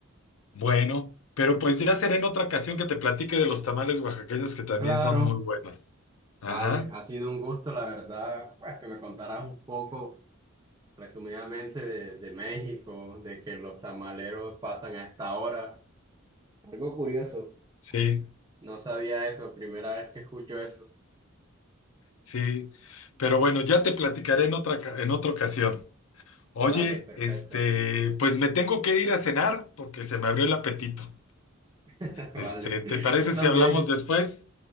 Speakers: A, on the left (about 75°); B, on the right (about 20°).
A: Bueno, pero pues ya será en otra ocasión que te platique de los tamales oaxaqueños que también
B: Claro.
A: son muy buenos. Ajá,
B: Vale, ha sido un gusto, la verdad, pues que me contaras un poco resumidamente de, de México, de que los tamaleros pasan a esta hora. Algo curioso.
A: sí,
B: No sabía eso, primera vez que escucho eso.
A: sí. Pero bueno, ya te platicaré en otra, ca- en otra ocasión. Oye,
B: Vale, perfecto.
A: este, pues me tengo que ir a cenar porque se me abrió el apetito.
B: <laughs> Vale,
A: Este, ¿te parece
B: yo también.
A: si hablamos después?